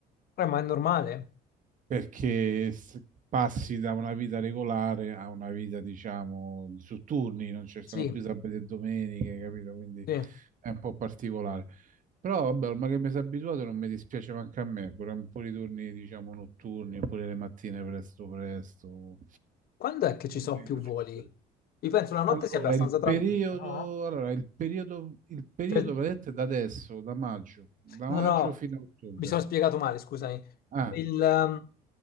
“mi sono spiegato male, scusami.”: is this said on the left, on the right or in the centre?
Left